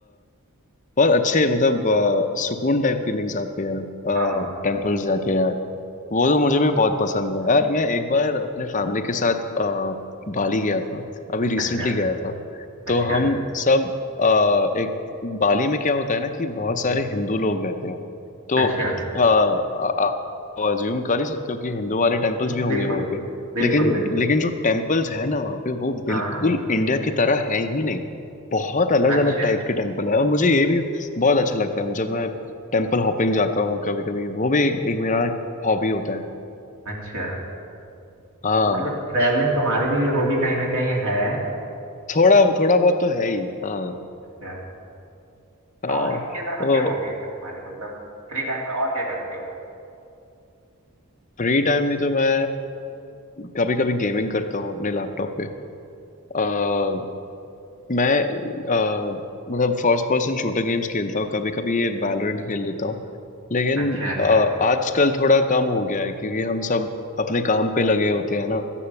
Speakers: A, on the left; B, on the right.
A: बहुत अच्छे मतलब अ, सुकून टाइप फीलिंग्स आती है
B: हाँ
A: टेम्पल्स जाके यार। वो तो मुझे भी बहुत पसंद है यार मैं एक बार अपने फैमिली के साथ अ, बाली गया था अभी
B: अच्छा
A: रिसेंटली गया था
B: अच्छा
A: तो हम सब अ, एक बाली में क्या होता है ना कि बहुत सारे
B: हम्म,
A: हिंदू लोग रहते हैं तो
B: अच्छा
A: अ, आ- आप अज्यूम कर ही सकते हो कि हिंदू वाले टेम्पल्स
B: हम्म,
A: भी होंगे
B: बिल्कुल
A: वहाँ पे
B: बिल्कुल
A: लेकिन
B: बिल्कुल
A: लेकिन जो टेम्पल्स है ना वहाँ पे वो बिल्कुल
B: हाँ
A: इंडिया की तरह है ही नहीं बहुत अलग
B: अच्छा
A: अलग टाइप के टेम्पल है और मुझे ये भी बहुत अच्छा लगता है जब मैं टेम्पल हॉपिंग जाता हूँ कभी कभी वो भी एक, एक मेरा हॉबी होता है
B: अच्छा
A: हाँ
B: तो मतलब ट्रैवलिंग तुम्हारी भी हॉबी कहीं ना कहीं है
A: थोड़ा थोड़ा बहुत तो है ही हाँ
B: अच्छा
A: हाँ
B: और इसके अलावा
A: तो
B: क्या हॉबी है तुम्हारी मतलब फ्री टाइम में और क्या करते हो
A: फ्री टाइम में तो मैं कभी कभी गेमिंग करता हूँ अपने लैपटॉप पे अ, मैं अ, मतलब फर्स्ट पर्सन शूटर गेम्स खेलता हूँ कभी कभी ये वैलोरेंट खेल लेता हूँ लेकिन
B: अच्छा अच्छा
A: अ, आजकल थोड़ा कम हो गया है क्योंकि हम सब अपने काम पे लगे होते हैं ना